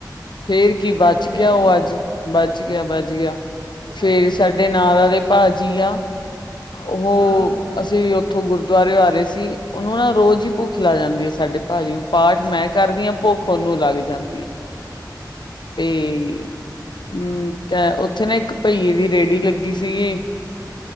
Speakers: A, on the left (about 80°); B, on the right (about 75°).
A: ਫੇਰ ਕੀ,
B: ਵੱਜੀ
A: ਬੱਚ
B: ਤੇ
A: ਗਿਆ
B: ਨੀ?
A: ਓ ਅੱਜ। ਬਚ ਗਿਆ - ਬਚ ਗਿਆ।
B: ਹਾਏ
A: ਫੇਰ
B: ਰੱਬਾ,
A: ਸਾਡੇ ਨਾਲ ਆਲੇ ਭਾਜੀ ਆ। ਓ,
B: ਹਾਂ,
A: ਅਸੀਂ ਓਥੋਂ ਗੁਰ। ਗੁਰਦੁਆਰੇ ਆ ਰਹੇ ਸੀ, ਓਨੂੰ ਨਾ ਰੋਜ਼ ਈ ਭੁੱਖ ਲੱਗ ਜਾਂਦੀ ਏ ਸਾਡੇ ਭਾਜੀ ਨੂੰ, ਪਾਠ ਮੈਂ। ਕਰਦੀ ਆਂ, ਭੁੱਖ ਓਨੂੰ ਲੱਗ ਜਾਂਦੀ ਆਂ। ਤੇ <unintelligible> ਓ- ਓਥੇ ਨਾ ਇੱਕ ਭਈਏ ਦੀ ਰੇਹੜੀ ਲੱਗੀ ਸੀਗੀ।